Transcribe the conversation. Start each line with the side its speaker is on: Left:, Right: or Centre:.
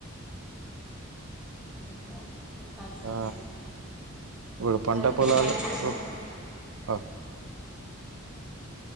Centre: ఇంక చెప్ప కాలి సర్
Right: ఆ ఇప్పుడు పంట
Centre: సరే సర్
Right: పొలాలు
Centre: థ్యాంక్యు
Right: ఇప్పుడు
Centre: సార్
Right: ఆ,
Centre: <inaudible>